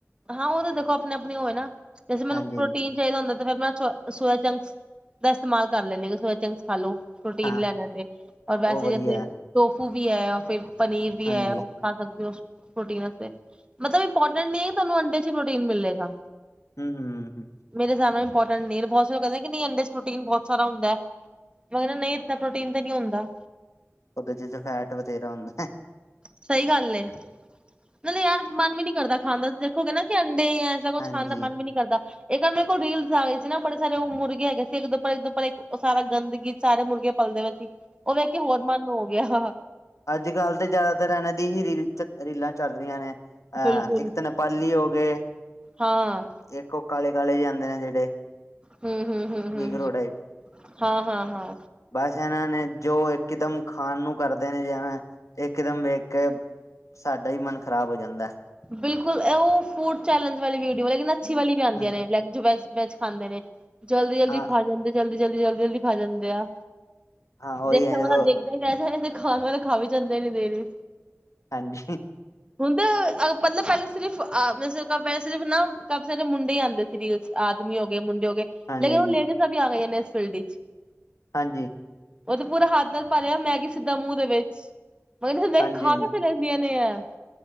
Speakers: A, on the right; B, on the left.
A: ਹਾਂ ਓ ਤਾਂ ਦੇਖੋ ਅਪਨੀ-ਅਪਨੀ ਹੋਏ ਨਾ ਜੈਸੇ ਮੈਨੂੰ
B: ਹਾਂਜੀ
A: ਪ੍ਰੋਟੀਨ
B: ਹਾਂਜੀ
A: ਚਾਈਦਾ ਹੁੰਦਾ ਤੇ ਫੇਰ ਮੈਂ ਸ ਸੋਇਆ ਸੋਯਾਚੰਕਸ ਦਾ ਇਸਤੇਮਾਲ ਕਰ ਲੈਂਨੀਂ ਆ ਸੋਯਾਚੰਕਸ ਖਾਲੋ। ਪ੍ਰੋਟੀਨ
B: ਹਾਂ
A: ਲੈਣ ਤੇ ਔਰ ਵੈਸੇ
B: ਉਹ ਵਧੀਆ
A: ਜੈਸੇ
B: ਹੈ।
A: ਟੋਫੂ ਵੀ ਐ ਰ ਫੇਰ ਪਨੀਰ ਵੀ
B: ਹਾਂਜੀ
A: ਐ। ਖਾ ਸਕਦੇ ਓ ਪ੍ਰੋਟੀਨ ਵਾਸਤੇ ਮਤਲਬ, ਇਮਪੋਰਟੈਂਟ ਨੀਂ ਐ ਤੁਆਨੂ ਅੰਡੇ 'ਚ ਹੀ ਪ੍ਰੋਟੀਨ ਮਿਲੇਗਾ।
B: ਹੂੰ-ਹੂੰ।
A: ਮੇਰੇ ਸਾਬ ਨਾਲ ਇਮਪੋਰਟੈਂਟ ਨੀਂ, ਬੋਤ ਸਾਰੇ ਲੋਕ ਕੈਂਦੇ ਕਿ ਨੀਂ ਅੰਡਰ ਪ੍ਰੋਟੀਨ ਬੋਤ ਸਾਰਾ ਹੁੰਦੈ। ਮਗਰ ਨਈਂ, ਇਨਾ ਪ੍ਰੋਟੀਨ ਤੇ ਨਈਂ ਹੁੰਦਾ।
B: ਓਦੇ ਚ ਫੈਟ ਵਥੇਰਾ ਹੁੰਦਾ।
A: ਸਈ ਗੱਲ ਏ, ਨਾਲੇ ਯਾਰ ਮਨ ਵੀ ਨੀ ਕਰਦਾ ਖਾਣ ਦਾ ਤੁਸੀਂ ਦੇਖੋਗੇ ਨਾ ਕਿ ਅੰਡੇ ਐ ਜਿੱਦਾਂ ਕੁਛ
B: ਹਾਂਜੀ
A: ਖਾਣ ਦਾ ਮਨ ਵੀ ਨੀ ਕਰਦਾ। ਏ ਤਾਂ ਮੇਰੇ ਕੋਲ ਰੀਲਸ ਆ ਗਏ ਸੀ ਨਾ ਬੜੇ ਸਾਰੇ ਉਹ ਮੁਰਗੇ ਹੈਗੇ ਸੀ ਏਕ ਦੇ ਉਪਰ ਇੱਕ ਦ ਉੱਪਰ ਓ ਸਾਰਾ ਗੰਦਗੀ ਸਾਰੇ ਮੁਰਗੇ ਪਲਦੇ ਪਏ ਸੀ, ਓ ਵੇਖ ਹੋਰ ਮਨ ਨੂੰ ਹੋ ਗੇਆ।
B: ਅੱਜ-ਕੱਲ ਤਾਂ ਜਾਦਾਤਰ ਏਨਾਂ ਦੀ ਹੀ ਰੀਲ ਰੀਲਾਂ ਚੱਲਦੀਆਂ ਨੇ। ਅ
A: ਬਿਲਕੁਲ
B: ਏਕ ਤੇ ਓ ਨੇਪਾਲੀ ਹੋ ਗਏ,
A: ਹਾਂ
B: ਏਕ ਓ ਕਾਲੇ-ਕਾਲੇ ਵੀ ਜਾਂਦੇ ਨੇ ਜੇੜੇ।
A: ਹੂੰ ਹੂੰ ਹੂੰ ਹੂੰ
B: ਨੀਗਰੋ
A: ਹੂੰ
B: ਟਾਈਪ,
A: ਹਾਂ ਹਾਂ ਹਾਂ
B: ਬਸ ਏਨਾ ਨੇ ਜੋ ਇੱਕਦਮ ਖਾਣ ਨੂੰ ਕਰਦੇ ਨੇ ਜਿਵੇਂ ਇੱਕਦਮ ਵੇਖ ਕੇ ਸਾਡਾ ਈ ਮਨ ਖਰਾਬ ਹੋ ਜਾਂਦੈ।
A: ਬਿਲਕੁਲ, ਓ ਫੂਡ ਚੈਲੇਂਜ ਵਾਲੀ ਵੀਊਟੀ ਲੇਕਿਨ ਪੱਛੀ ਵਾਲੀ ਵੀ ਆਂਦੀਆਂ
B: ਹੈ
A: ਨੇੈ ਵੈਜ ਖਾਂਦੇ ਨੇ ਜਲਦੀ-ਜਲਦੀ
B: ਹਾਂ
A: ਖਾ ਜਾਂਦੇ ਤੇ ਜਲਦੀ-ਜਲਦੀ, ਜਲਦੀ-ਜਲਦੀ ਖਾ ਜਾਂਦੇ ਆ
B: ਹਾਂ ਉਹੀ
A: ਦੇਖਣ
B: ਹੈ ਜਦੋਂ
A: ਤਾਂ ਦੇਖ ਸ ਤੇ ਖਾਣ ਵਾਲੇ ਖਾ ਵੀ ਜਾਂਦੇ ਨੀ ਦੇਰੀ
B: ਹਾਂਜੀ।
A: ਹੁੰਦਾ ਮਤਲਬ ਪੈਲਾਂ ਸਿਰਫ ਅਹਿ ਸਿਰਫ ਨਾ ਕਾਫੀ ਸਾਰੇ ਮੁੰਡੇ ਈਂ ਆਂਦੇ ਸੀ ਰੀਲ ਆਦਮੀ ਹੋ ਗਏ ਮੁੰਡੇ ਹੋ ਗਏ
B: ਹਾਂਜੀ
A: ਲੇਕਿਨ
B: ਹਾਂਜੀ
A: ਹੁਣ ਲੇਡੀਸਾਂ ਵੀ ਆ ਗਈਆਂ ਨੇ ਇਸ ਫੀਲਡ ਚ।
B: ਹਾਂਜੀ।
A: ਓ ਤੇ ਪੂਰਾ ਹੱਥ ਨਾਲ ਪਰਿਆ ਸਿੱਧਾ ਮੈਗੀ ਮੂੰਹ ਦੇ ਵਿੱਚ, ਮੈਂ ਕੇਆ ਵੇਖ
B: ਹਾਂਜੀ
A: ਖਾ ਕਿਵੇਂ ਲੈਂਦੇ ਦੀਆਂ ਨੇ ਐ।